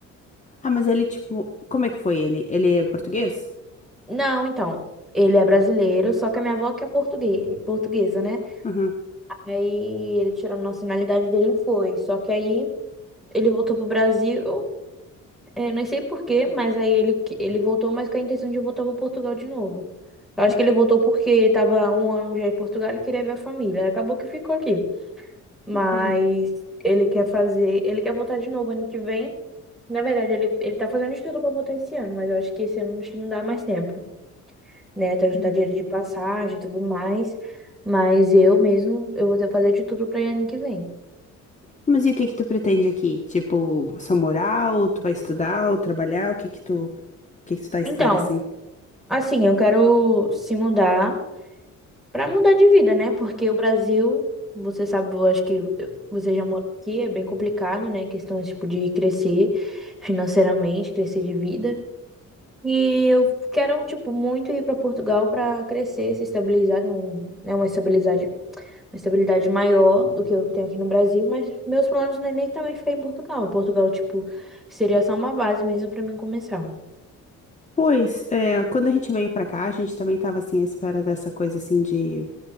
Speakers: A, on the left (about 25°); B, in the centre.
A: Ah, mas ele tipo, como é que foi ele? Ele é português?
B: Não, então, ele é brasileiro, só que a minha avó que é portugue- portuguesa, né?
A: Aham.
B: Aí ele tirou a nacionalidade dele e foi. Só que aí. Ele voltou pro Brasil, é, não sei por quê, mas aí ele, que- ele voltou, mas com a intenção de voltar para Portugal de novo. Eu acho
A: Hum,
B: que ele voltou porque estava um ano já em Portugal e queria ver a família. Aí Acabou que ficou aqui. Mas
A: hum,
B: ele quer fazer, ele quer voltar de novo ano que vem. Na verdade, ele, ele tá fazendo estudo para voltar esse ano, mas eu acho que esse ano acho que não dá mais tempo, né? Tem que
A: hum.
B: juntar dinheiro de passagem e tudo mais. Mas eu mesmo, eu vou ter que fazer de tudo para ano que vem.
A: Mas e o que que tu pretende aqui? Tipo, só morar ou tu vai estudar ou trabalhar? O que que tu, o que que tu tá à espera
B: Então,
A: assim?
B: assim, eu quero se mudar. Pra mudar de vida, né? Porque o Brasil, você sabe, eu acho que você já mora aqui, é bem complicado, né? Questão, tipo, de crescer financeiramente, crescer de vida. E eu quero, tipo, muito ir pra Portugal pra crescer, se estabilizar, ter um, né, uma estabilidade, uma estabilidade maior do que eu que tenho aqui no Brasil, mas meus planos não é nem também ficar em Portugal. Em Portugal, tipo, seria só uma base mesmo pra mim começar.
A: Pois, é, quando a gente veio pra cá, a gente também tava, assim, à espera dessa coisa, assim, de,